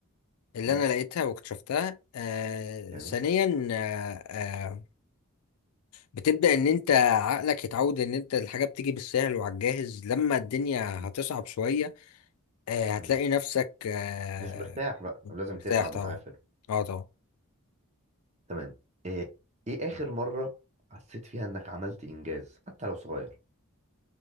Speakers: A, on the left; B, on the right.
A: اللي
B: امم
A: انا لقيتها واكتشفتها آه
B: أيوه
A: ثانيا آه آه، بتبدأ ان انت عقلك يتعود ان انت الحاجة بتيجي بالسهل وعلى الجاهز لما الدنيا
B: مم.
A: هتصعب شوية آه،
B: مم.
A: هتلاقي نفسك آه،
B: مش مرتاح بقى لازم
A: مرتاح
B: تتعب
A: طبعا
B: وتعافر
A: اه طبعا
B: تمام ايه ايه اخر مرة حسيت فيها انك عملت انجاز حتى لو صغير